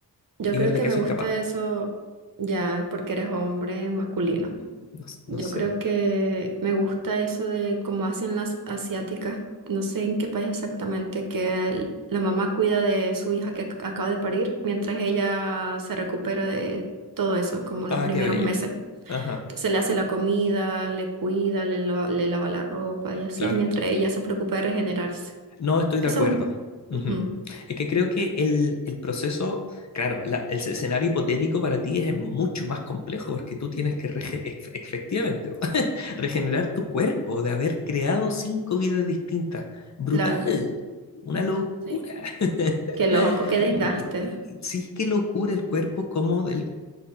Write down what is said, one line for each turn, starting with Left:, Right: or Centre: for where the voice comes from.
Right: yo
Left: y
Right: creo
Left: ver de
Right: que
Left: qué
Right: me
Left: soy
Right: gusta
Left: capaz.
Right: eso ya porque eres hombre masculino.
Left: No, s-
Right: Yo
Left: no sé.
Right: creo que me gusta eso de cómo hacen las asiáticas, no sé en qué país exactamente, que el- la mamá cuida de su hija que ac- acaba de parir mientras ella se recupera de todo eso, como los
Left: Ah,
Right: primeros
Left: qué bello.
Right: meses.
Left: Ajá,
Right: Se le hace la comida, le cuida, le, lo- le lava la ropa y así,
Left: claro.
Right: mientras ella se preocupa de regenerarse.
Left: No estoy
Right: Eso,
Left: de acuerdo.
Right: mm,
Left: Ujú.
Right: ujú,
Left: Es que creo que el, el proceso, claro, la- el escenario hipotético para ti es mucho más complejo porque tú tienes que rege- ef- efectivamente <laughs> regenerar tu cuerpo de haber creado cinco vidas distintas. Brutal.
Right: claro,
Left: Una locura.
Right: sí.
Left: <laughs>
Right: Qué loco, qué desgaste.
Left: Muy- sí, qué locura el cuerpo, como del,